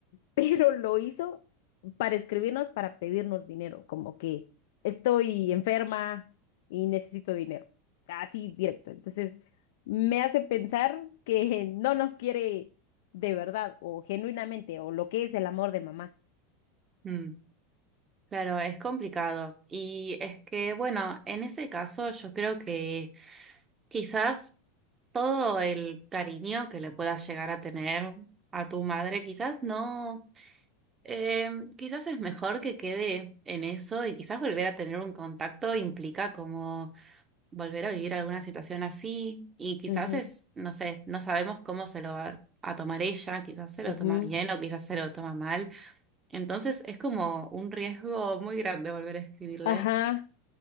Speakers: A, on the left (about 75°); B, on the right (about 20°).
A: pero lo hizo para escribirnos, para pedirnos dinero, como que estoy enferma y necesito dinero, así directo. Entonces, me hace pensar que <laughs> no nos quiere de verdad o genuinamente o lo que es el amor de mamá.
B: Mm, claro, es complicado. Y es que, bueno, en ese caso yo creo que quizás todo el cariño que le puedas llegar a tener a tu madre, quizás no. eh, quizás es mejor que quede en eso y quizás volver a tener un contacto implica como volver a vivir alguna situación así y quizás
A: Ujú,
B: es, no sé, no sabemos cómo se lo va a tomar ella, quizás se
A: ujú.
B: lo toma bien o quizás se lo toma mal. Entonces es como un riesgo muy grande volver a escribirle
A: Ajá.